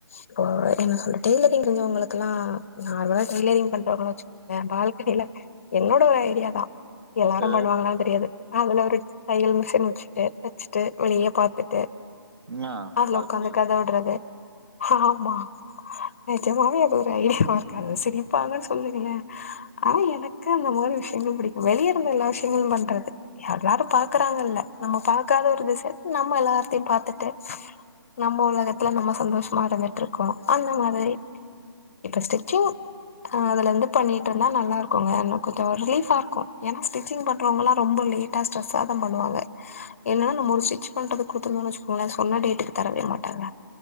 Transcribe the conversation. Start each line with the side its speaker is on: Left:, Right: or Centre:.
Left: இப்போ என்ன சொல்ற டெய்லரிங் தெரிஞ்சவங்களுக்கு எல்லா நார்மலா டெய்லரிங் பண்றவங்கள வச்சு வே பால்கனில என்னோட ஒரு ஐடியாதா எல்லாரு
Right: ஏ
Left: பண்ணுவாங்களான்னு தெரியாது அதுல ஒரு தையல் மிஷின் வச்சுட்டு வச்சுட்டு வெளிய பாத்துட்டு
Right: ன்யா
Left: அதுல
Right: பால்கனில
Left: ஒக்காந்து கத விடுறது ஆமா நெஜமாவே அது ஒரு ஐடியாவா இருக்காது சிரிப்பாங்கன் சொல்லுங்களே ஆனா எனக்கு அந்த மாரி விஷயங்கள் பிடிக்கு வெளிய இருந்து எல்லா விஷயங்களு பண்றது எல்லாரு பாக்குறாங்கல்ல நம்ம பாக்காத ஒரு திச நம்ம எல்லாத்தையு பாத்துட்டு நம்ம ஒலகத்துல நம்ம சந்தோஷமா இருந்துட்டு இருக்கோ அந்த மாரி <unintelligible> ஆ அதுல இருந்து பண்ணிட்டு இருந்தா நல்லா இருக்குங்க என கொஞ்சோ ரிலீஃபா இருக்கு ஏன்னா ஸ்டிச்சிங் பண்றவங்கல்லா ரொம்ப லேட் டா ஸ்ரெஸ்ஸா தா பண்ணுவாங்க
Right: <inaudible>
Left: ஏன்னா நம்ம ஒரு ஸ்டிச்சு பண்றதுக்கு குடுத்தருந்தோன் வச்சுக்கோங்களே சொன்ன டேட்டுக்கு தரவே மாட்டாங்க